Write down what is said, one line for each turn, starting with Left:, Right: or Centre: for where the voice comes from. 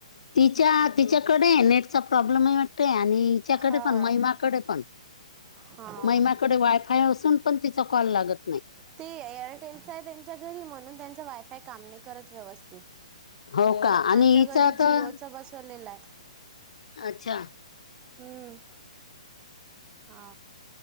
Left: तिच्या तिच्याकडे नेटचा प्रॉब्लेम आहे वाटत आणि त्याच्याकडे
Right: हो
Left: पण महिमाकडे पण
Right: हा
Left: महिमाकडे वायफाय असून पण तिचा कॉल लागत नाही
Right: ते एअरटेलस आहे त्यांच्या घरी म्हणून त्यांच वायफाय काम नाही करत व्यवस्थित
Left: हो का आणि
Right: आमच्या
Left: हिचा
Right: घरी
Left: तर
Right: जिओच बसवलेलं आहे
Left: अच्छा
Right: हम्म हा